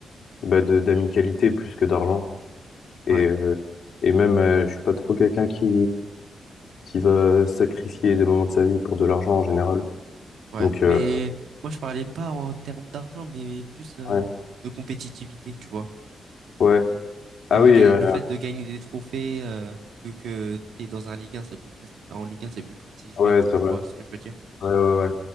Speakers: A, on the left; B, on the right.
A: bah, de, d'amicalité plus que d'argent. Et,
B: Ouais,
A: euh, et même, euh, je suis pas trop quelqu'un qui, qui va sacrifier des moments de sa vie pour de l'argent en général.
B: ouais.
A: Donc, euh,
B: Mais moi, je parlais pas en termes d'argent, mais plus euh,
A: ouais,
B: de compétitivité, tu vois.
A: ouais. Ah
B: Genre,
A: oui,
B: ga-
A: euh,
B: le fait de gagner des trophées, euh, vu que t'es dans un Ligue 1, c'est plus presti- en Ligue 1, c'est plus prestigieux
A: ouais,
B: et tout,
A: c'est
B: tu
A: vrai.
B: vois ce que je veux dire?
A: Ouais, ouais, ouais.